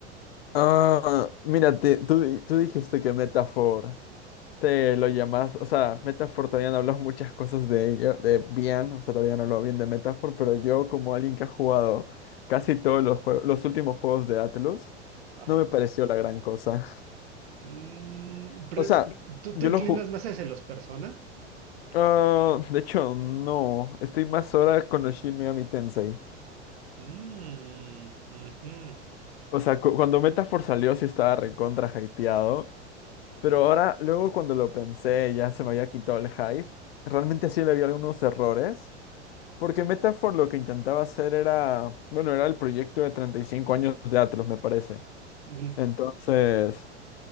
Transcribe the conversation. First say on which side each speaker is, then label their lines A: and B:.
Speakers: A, on the left; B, on the right.
A: Ah, mira, te- tú, di- tú dijiste que Metaphor. Te lo llamas, o sea, Metaphor todavía no habló muchas cosas de ello, de bien, o sea, todavía no habló bien de Metaphor, pero yo como alguien que ha jugado casi todos los juegos, los últimos juegos de Atlus,
B: Ajá.
A: no me pareció la gran cosa. <laughs>
B: Mm, pre-
A: O sea,
B: ¿tú
A: yo
B: te inclinas
A: lo jugué,
B: más hacia los Persona?
A: ah, de hecho, no, estoy más ahora con los Shin Megami Tensei.
B: Mm, ujú.
A: O sea, cu- cuando Metaphor salió sí estaba recontra hypeado, pero ahora, luego cuando lo pensé, ya se me había quitado el hype, realmente sí le había algunos errores. Porque Metaphor lo que intentaba hacer era, bueno, era el proyecto de 35 años de Atlus, me parece.
B: Ujú,
A: Entonces,